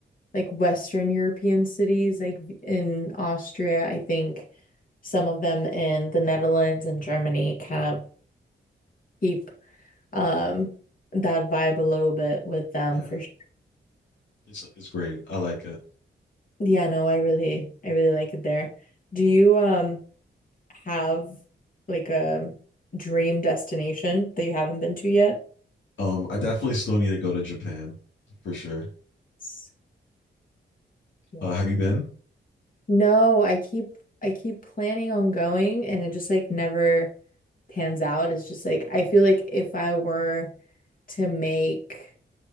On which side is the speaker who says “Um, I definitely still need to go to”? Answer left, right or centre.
Left